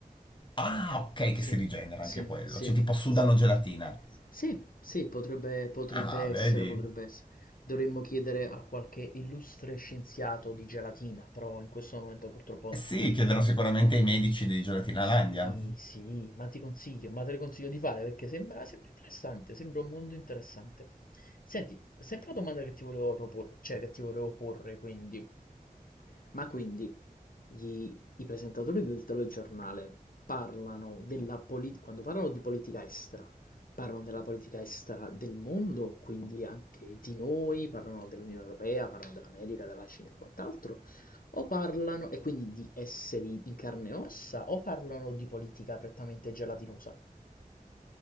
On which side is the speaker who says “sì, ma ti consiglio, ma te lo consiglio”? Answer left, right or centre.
Left